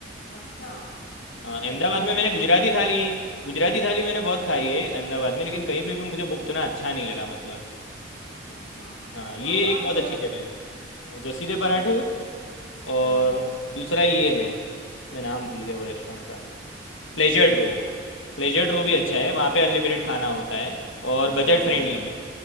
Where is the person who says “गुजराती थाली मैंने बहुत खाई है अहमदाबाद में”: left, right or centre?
Left